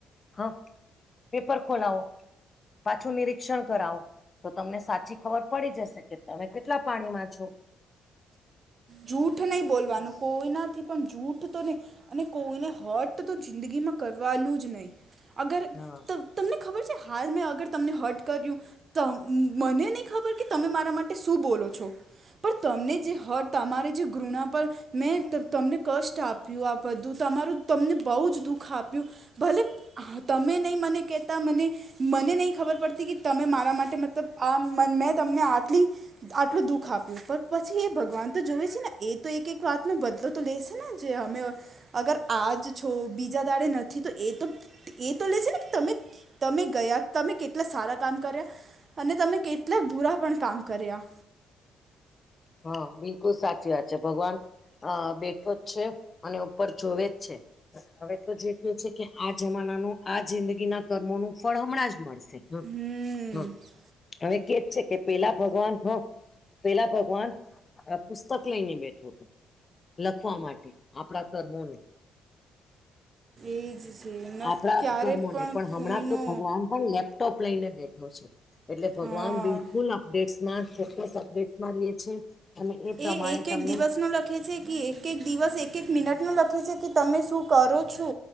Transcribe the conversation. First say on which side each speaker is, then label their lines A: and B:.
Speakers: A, on the left; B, on the right.
A: હા પેપર ખોલાવો. પાછુ નિરીક્ષણ કરાવો. તો તમને સાચી ખબર પડી જશે કે તમે કેટલા પાણીમાં છો.
B: જૂઠ નહી બોલવાનું કોઈના થી પણ જૂઠ તો નહીં અને કોઈને હર્ટ તો જિંદગીમાં કરવાનું જ નહી અગર ત
A: હા
B: તમને ખબર છે હાલ મેં અગર તમને હટ કર્યું. તો મને નહીં ખબર કે તમે મારા માટે શું બોલો છો. પણ તમને જે હર્ટ તમારે જે ઘૃણા પર મેં ત તમને કષ્ટ આપ્યું આ બધું તમારું તમને બહુ જ દુઃખ આપ્યું. ભલે તમે નહી મને કેતા મને મને નહી ખબર પડતી કે તમે મારા માટે મતલબ આ મેં તમને આટલી આટલું દુઃખ આપ ઉપર પછી એ ભગવાન તો જોવે છે ને એ તો એક એક વાત ન બદલો તો લે છે ને જે અમે અ અગર આજ છો બીજા દાડે નથી તો એ તો એ તો લે છે ને તમે તમે ગયા તમે કેટલા સારા કામ કર્યા અને તમે કેટલા બુરા પણ કામ કર્યા.
A: હા બિલકુલ સાચી વાત છે ભગવાન હા બેઠો જ છે અને ઉપર જોવે જ છે. હવે તો જે કે છે કે આ જમાનાનું આ જિંદગીના કર્મો નું ફળ હમણાં જ મળશે.
B: હમ
A: હ હવે કેજ છે કે પેલા ભગવાન હ પેલા ભગવાન. આ પુસ્તક લઈને બેઠો લખવા માટે આપણા કર્મોનું
B: એ જ છે ન
A: આપણા
B: ક્યારે
A: કર્મોને પણ હમણાં
B: કોઈનો
A: તો ભગવાન. પણ લેપટોપ લઈને બેઠો છે એટલે ભગવાન
B: હા
A: બિલકુલ અપડેટશમાં ફોકસ અપડેટસ મારીએ છે. અને પ્રમાણે
B: એ એક
A: તમને
B: એક દિવસનો લખે છે કે એક એક દિવસ એક એક મિનટ નું લખે છે કે તમે શું કરો છો